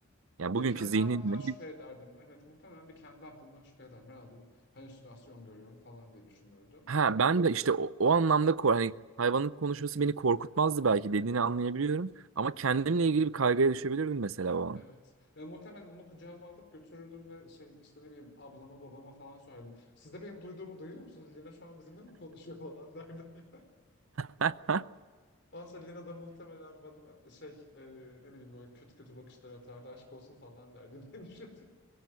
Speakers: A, on the right; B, on the left.
A: Yani
B: Ya
A: bugünkü
B: kendi
A: zihninle
B: aklımdan şüphe
A: bir-
B: ederdim. Evet, muhtemelen bir kendi aklımdan şüphe ederdim. Herhalde bir halüsinasyon görüyorum falan diye düşünürdüm.
A: ha ben de işte o, o anlamda ko- hani hayvanın konuşması beni korkutmazdı belki dediğini anlayabiliyorum. Ama kendimle ilgili bir kaygıya düşebilirdim mesela o
B: Evet.
A: an.
B: E, muhtemelen onu kucağıma alıp götürürdüm ve şey işte ne bileyim ablama babama falan sorardım. Siz de benim duyduğumu duyuyor musunuz? Lina şu an bizimle mi konuşuyor falan derdim. <laughs>
A: <laughs>
B: Ondan sonra Lina da muhtemelen bana şey e, ne bileyim böyle kötü kötü bakışlar atardı. Aşk olsun falan derdi <laughs> diye düşünüyorum.